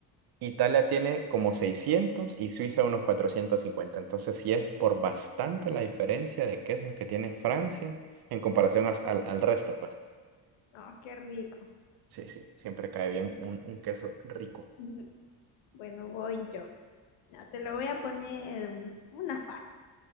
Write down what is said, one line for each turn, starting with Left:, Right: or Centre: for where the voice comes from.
Right: Italia tiene como 600 y Suiza unos 450. Entonces sí es por bastante la diferencia de quesos que tiene Francia en comparación as- al, al resto, pues.
Left: No, qué rico.
Right: Sí, sí, siempre cae bien un, un queso rico.
Left: <laughs> Bueno, voy yo. Ya, te lo voy a poner una fácil.